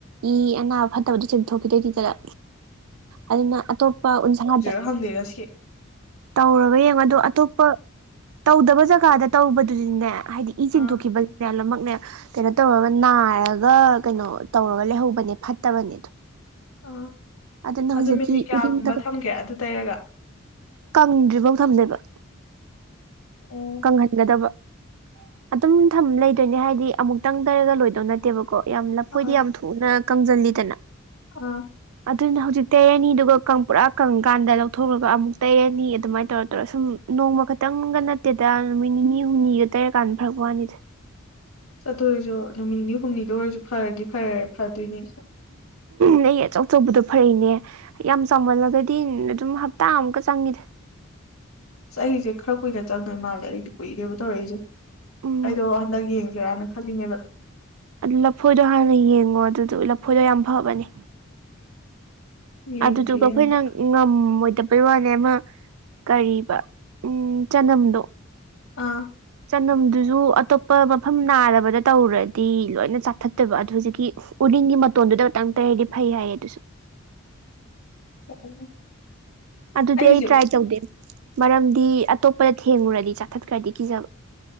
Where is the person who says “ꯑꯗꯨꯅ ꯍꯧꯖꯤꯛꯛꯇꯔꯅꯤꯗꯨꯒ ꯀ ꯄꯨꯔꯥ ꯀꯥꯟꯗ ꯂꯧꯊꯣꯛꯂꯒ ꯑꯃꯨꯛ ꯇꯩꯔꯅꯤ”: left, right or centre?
Right